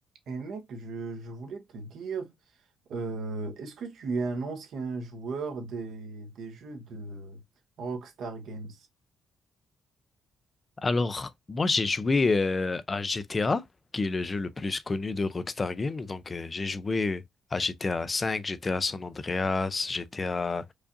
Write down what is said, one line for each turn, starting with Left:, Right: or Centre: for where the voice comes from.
Right: Et mec, je, je voulais te dire, euh, est-ce que tu es un ancien joueur des, des jeux de Rockstar Games?
Left: Alors, moi j'ai joué euh, à GTA, qui est le jeu le plus connu de Rockstar Games. Donc euh, j'ai joué à GTA V, GTA San Andreas, GTA